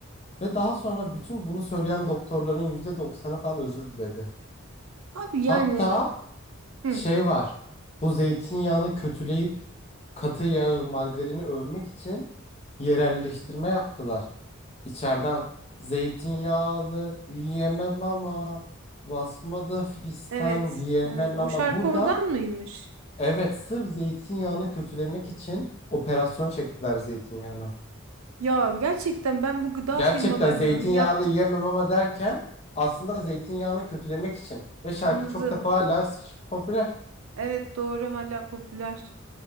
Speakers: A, on the left; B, on the right.
A: Ve daha sonra bütün bunu söyleyen doktorların %90'ı falan özür diledi.
B: Abi yani
A: Hatta
B: hı,
A: şey var. Bu zeytinyağını kötüleyip katı yağı margarini övmek için yerelleştirme yaptılar. İçeriden zeytinyağlı yiyemem ama basmada fistan
B: evet,
A: giyemem
B: evet o
A: ama
B: şarkı
A: burada
B: oradan mıymış?
A: Evet, sırf zeytinyağını kötülemek için operasyon çektiler zeytinyağına.
B: Ya gerçekten ben bu gıda
A: Gerçekten
B: firmalarının
A: zeytinyağlı
B: yaptık
A: yiyemem ama derken aslında zeytinyağını kötülemek için. Ve şarkı
B: anladım.
A: çok da hala popüler.
B: Evet doğru hala popüler.